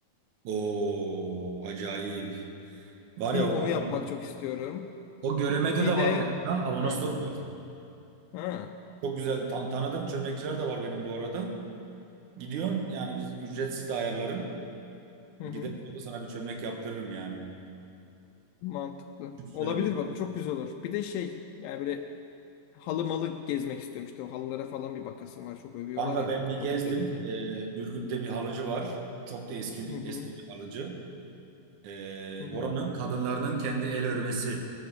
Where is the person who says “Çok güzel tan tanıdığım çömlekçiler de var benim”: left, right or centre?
Right